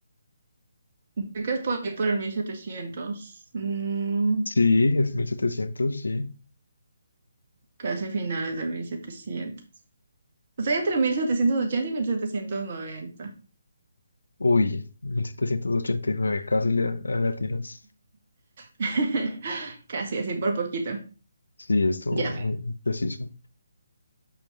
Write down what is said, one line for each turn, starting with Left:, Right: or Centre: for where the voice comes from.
Right: Creo que es por ahí por el 1700, mm,
Left: Sí, es 1700, sí.
Right: casi a finales del 1700. Estoy entre 1780 y mil setecientos noventa,
Left: Uy, 1789, casi le a- le latinas.
Right: <laughs> Casi, así por poquito.
Left: Sí, esto
Right: Ya,
Left: muy preciso.